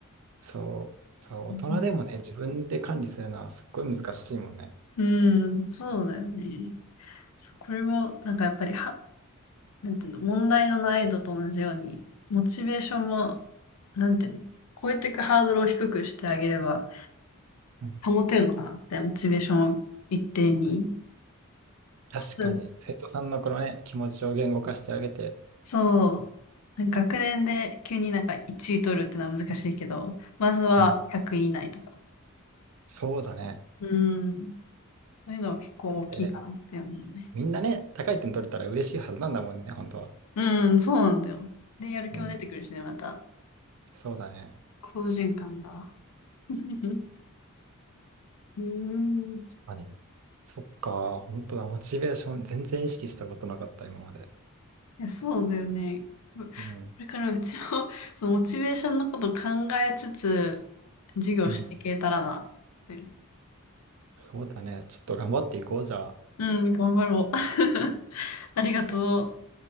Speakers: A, on the right (about 75°); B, on the left (about 90°).
A: そう。そう、
B: う
A: 大人でもね、自分で管理するのはすっごい難しいもんね。
B: ん、うんそうだよね。そう、これも、なんかやっぱりは、なんていうの、問題の難易度と同じように、モチベーションも、なんていうの、超えていくハードルを低くしてあげれば、
A: うん
B: 保てるのかなって、モチベーションを一定に。
A: 確かに、
B: うん
A: 生徒さんのこのね、気持ちを言語化してあげて、
B: そう。なんか学年で急になんか1位取るってのは難しいけど、まずは100位以内とか。
A: うんそうだね。
B: うん。そういうのは結構大きいかなって思うね。
A: だってみんなね、高い点取れたら嬉しいはずなんだもんね、本当は。
B: うん、そうなんだよ。で、やる気も出てくるしね、
A: うん。
B: また。
A: そうだね。
B: 好循環だ。<laughs> うん。
A: 確かに。そっか、本当だ。モチベーション全然意識したことなかった、今まで。
B: いや、そうだよね。う <laughs> これからうちも、
A: うん。
B: <laughs> そのモチベーションのこと考えつつ、授業していけたらなって思ってる。
A: うん。そうだね。ちょっと頑張っていこう、じゃあ。
B: うん、頑張ろう。<laughs> ありがとう。